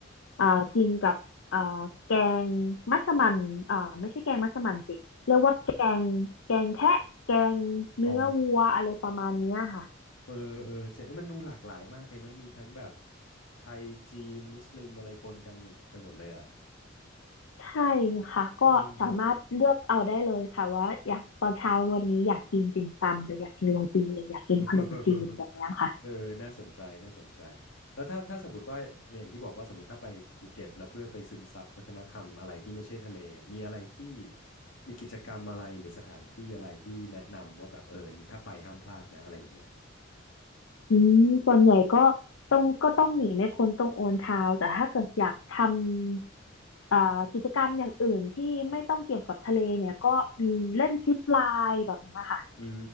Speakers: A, on the left; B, on the left.
A: อ่ากินกับอ่าแกงมัสมั่นอ่าไม่ใช่แกงมัสมั่นสิเรียกว่าแกงแกงแทะแกงเนื้อวัวอะไรประมาณเนี้ยค่ะ
B: อ๋อ เออ เออเจ๊เอ้ยมันดูหลากหลายมากเลยเนอะ มีทั้งแบบไทยจีนมุสลิมอะไรปนกันหมดไปหมดเลยอ่ะ
A: ใช่ค่ะก็สามารถเลือกเอาได้เลยค่ะว่าอยากตอนเช้าวันนี้อยากกินติ่มซำหรืออยากกินโรตีหรืออยากกินขนมจีนแบบเนี้ยค่ะ
B: อืม <laughs> เออน่าสนใจน่าสนใจ แล้วถ้าถ้าสมมติว่าอย่างที่บอกว่าสมมติถ้าไปภูเก็ตแล้วเพื่อไปซึมซับวัฒนธรรมอะไรที่ไม่ใช่ทะเลอะมีอะไรที่มีกิจกรรมอะไรหรือสถานที่อะไรที่แนะนำว่าแบบเออนี่ถ้าไปห้ามพลาดนะอะไรอย่างเงี้ย
A: อืมส่วนใหญ่ก็ต้องก็ต้องหนีไม่พ้นตรงโอนเท้าแต่ถ้าเกิดอยากทำ อ่ากิจกรรมอย่างอื่นที่ไม่ต้องเกี่ยวกับทะเลเนี่ยก็มีเล่นซิปไลน์แบบนี้ค่ะ
B: อื